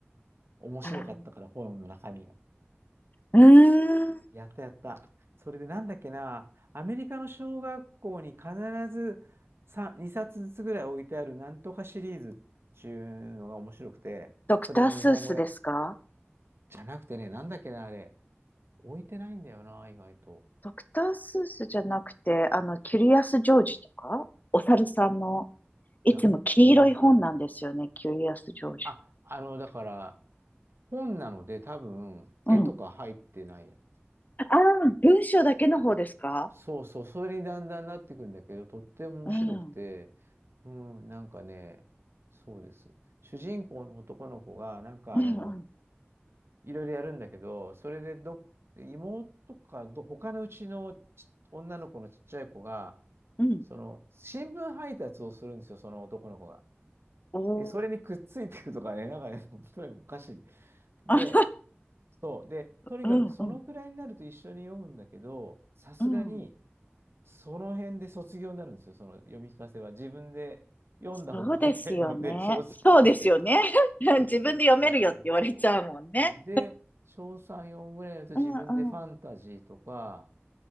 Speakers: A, on the right; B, on the left.
A: 面白かったから、
B: あ
A: 本の中身が。
B: ーうーん。
A: やったやった。それでなんだっけな、アメリカの小学校に必ず2冊ずつぐらい置いてあるなんとかシリーズっていうのが面白くて、
B: ドクタースースですか
A: それの日本語や、じゃなくてね、なんだっけな、あれ。置いてないんだよな、意外と。
B: ドクタースースじゃなくて、あの、キュリアス・ジョージとかお猿さんの、いつも黄色い本なんですよね、
A: いや、そうじゃなくても。
B: キュリアス・ジョージ。
A: あ、あの、だから、本なので多分、
B: うん。
A: 絵とか入ってないやつ。
B: ああ、文章だけの方ですか
A: そうそう、それにだんだんなってくんだけど、とっても面白くて、
B: うん、
A: うん、なんかね、そうです。主人公の男の子が、なんかあの、
B: うん、うん、
A: いろいろやるんだけど、それでど、妹かど、他のうちのち女の子のちっちゃい子が、
B: うん。
A: その、新聞配達をするんですよ、その男の子が。
B: おー、
A: で、それにくっついていくとかね、なんかね、本当におかしい。で、
B: あ、
A: そう。で、とにかくそのくらいになると一緒に読むんだけど、
B: うん、うん、
A: さすがに、
B: うん。
A: その辺で卒業になるんですよ、その読み聞かせは。自分で読んだ方が早いので、
B: そうですよね。
A: <laughs> 正直言って。
B: そうですよね。<laughs>
A: そうそうそうそうそう。
B: 自分で読めるよって言われちゃうもんね。
A: うんで、小3、4ぐらいになると自分でファンタジーとか、
B: うんうん。